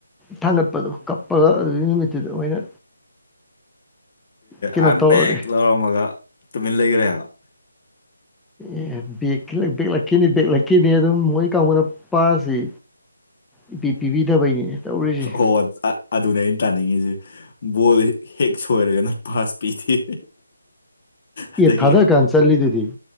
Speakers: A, in the centre; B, on the left.
A: ꯊꯥꯡꯒꯠꯄꯗꯣ ꯀꯞꯄꯒ ꯑꯗꯨ ꯅꯨꯃꯤ ꯑꯗꯨꯗ ꯑꯣꯏꯅ ꯀꯩꯅꯣ
B: ꯑ
A: ꯇꯧꯔꯒꯦ
B: ꯦꯛ ꯂꯥꯛ ꯃꯒꯥ ꯇꯃꯤ ꯂꯩꯒꯔ
A: ꯑꯦ ꯕ ꯕꯦꯛꯂꯛꯈꯤꯅꯤ ꯕꯦꯛꯂꯛꯈꯤꯅꯤ ꯑꯗꯨꯝ ꯃꯣꯏ ꯀꯥꯡꯕꯨꯅ ꯄꯥꯔꯁꯤ ꯏ ꯄꯤꯕꯤꯗꯕꯩꯅꯦ ꯇꯧꯔꯤꯁꯦ
B: ꯍꯣꯏ ꯑꯗꯨꯅꯦ ꯑꯩꯅ ꯇꯥꯅꯤꯡꯉꯤꯁꯦ ꯕꯣꯜ ꯍꯦꯛ ꯁꯣꯏꯔꯒꯅ ꯄꯥꯁ ꯄꯤꯊꯦ ꯑꯗꯨꯗꯒꯤꯣ
A: ꯑꯦ ꯊꯥꯗꯔꯀꯥꯟ ꯆꯠꯂꯤꯗꯨꯗꯤ